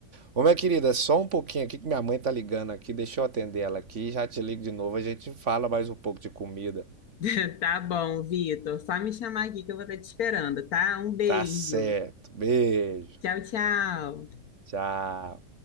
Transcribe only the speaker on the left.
<laughs> Tá bom, Vitor. Só me chamar aqui que eu vou estar te esperando, tá? Um beijo.
Tchau, tchau.